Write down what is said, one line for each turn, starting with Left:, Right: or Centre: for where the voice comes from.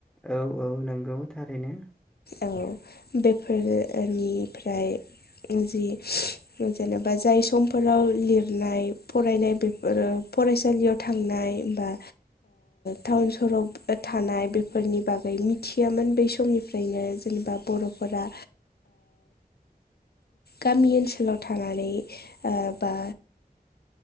Centre: औ औ नंगौ थारैनो।
Left: औ बेफोरोनिफ्राय जि जेनेबा जाय समफोराव लिरनाय फरायनाय बेफोरो फरायसालियाव थांनाय होमबा। टाउन सहराव थानाय बेफोरनि बागै मिथियामोन बै समनिफ्राय ओमफ्रायनो जेनेबा बर'फोरा गामि ओनसोलाव थनानै बा